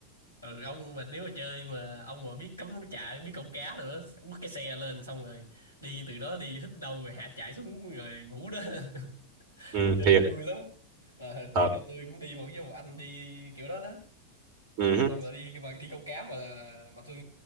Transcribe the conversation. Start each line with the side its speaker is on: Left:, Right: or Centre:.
Left: ừ ông mà nếu mà chơi mà ông mà biết cắm trại biết câu cá nữa bắt cái xe lên xong rồi đi từ đó đi hít đâu rồi hạ chạy xuống rồi ngủ đó <laughs>
Right: ừ
Left: chơi
Right: thiệt
Left: cũng vui lắm à,
Right: thật
Left: trước là tôi cũng đi một với một anh đi kiểu đó đó
Right: ừ. hứ.
Left: xong rồi đi mà đi câu cá mà mà tôi